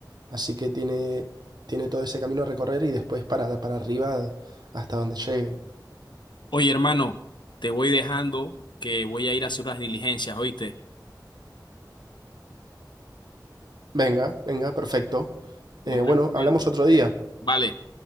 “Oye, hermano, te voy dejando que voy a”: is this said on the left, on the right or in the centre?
Left